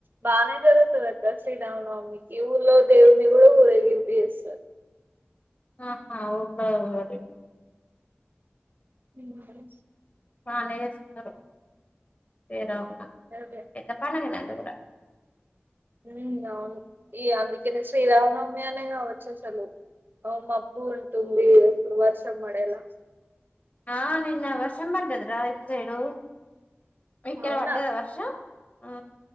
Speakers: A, on the right; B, on the left.
A: బానే జరుగుతదక్క శ్రీరామనవమికి ఊల్లో దేవుని కూడా ఊరేగింపు చేస్ స
B: ఆ ఆ ఒక ఓరి
A: తిన్నావ
B: బానే చేస్తరు శ్రీ రామనవమి
A: అదే
B: గెటప్ నన్ దేవుడ
A: ఉ అవును ఈ అందుకనే శ్రీరామనవమి అనే కావచ్చు అసలు అవును మబ్బు ఉంటుంది అసలు వర్షం పడేలా
B: ఆ నిన్న వర్షం పడ్డది రా ఇట్ సైడు మీక్కడపడదా
A: అవునా
B: వర్షం ఆ